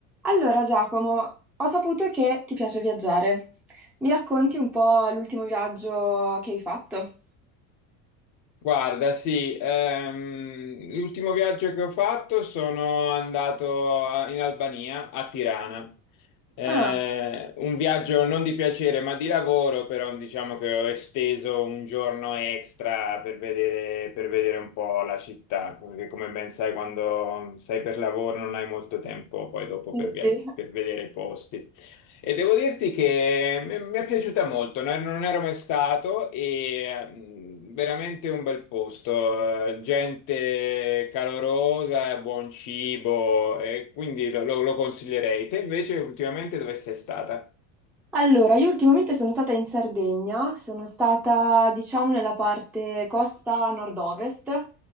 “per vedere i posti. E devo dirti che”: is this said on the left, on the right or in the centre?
Left